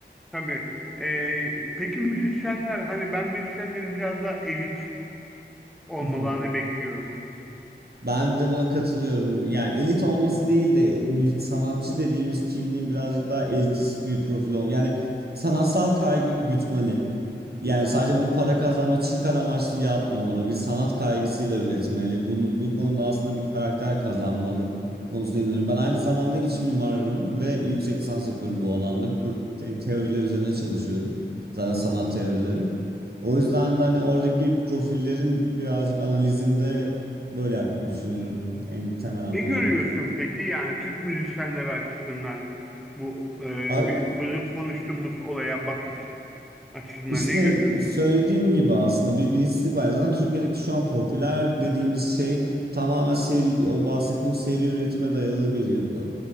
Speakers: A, in the centre; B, on the right.
A: tabii. Ee, peki müzisyenler, hani ben müzisyenlerin biraz daha elit olmalarını
B: <laughs>
A: bekliyorum.
B: Ben de buna katılıyorum. Yani elit olması değil de mü- sanatçı dediğimiz kimliğin birazcık daha elitist bir profil olması. Yani sanatsal kaygı gütmeli. Yani sadece bunu para kazanma çıkar amaçlı yapmamalı. Bir sanat kaygısıyla üretmeli. Bunu, bu konuda aslında bir karakter kazanmalı konusuna inanıyorum. Ben aynı zamanda iç mimarım ve yüksek lisans yapıyorum bu alanda. Kur- te- teoriler üzerine çalışıyorum. Zaten sanat teorileri. O yüzden de hani oradaki profillerin birazcık analizinde böyle yak- düşünüyorum en temel anlamıyla.
A: Ne görüyorsun peki yani Türk müzisyenleri açısından bu e,
B: Abi,
A: bi- bizim konuştuğumuz olaya bakış açısından
B: İşte
A: ne görüyorsun?
B: söylediğim gibi aslında bir bilinçsizlik var. Zaten Türkiye'deki şu an popüler dediğimiz şey tamamen seri, o bahsettiğim seri üretime dayalı bir yapı.